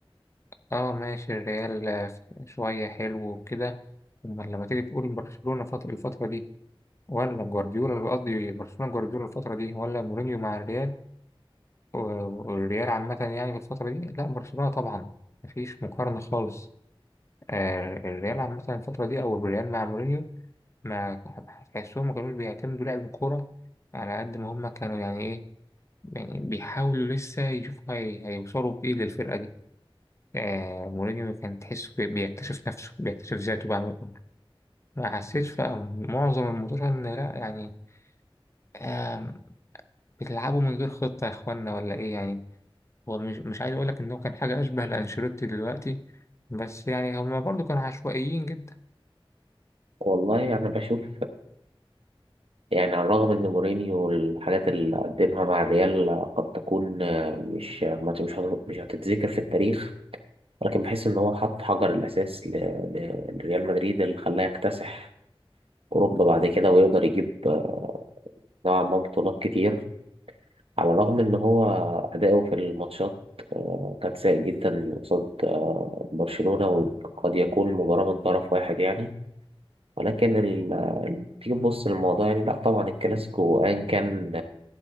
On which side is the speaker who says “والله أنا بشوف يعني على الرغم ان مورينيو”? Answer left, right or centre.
Right